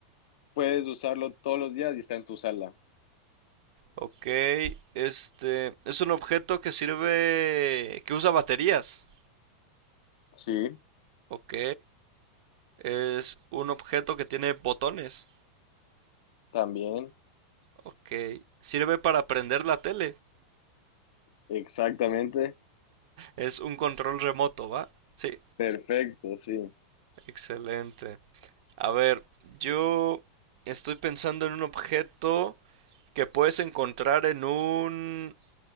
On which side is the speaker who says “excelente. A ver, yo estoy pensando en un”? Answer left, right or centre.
Right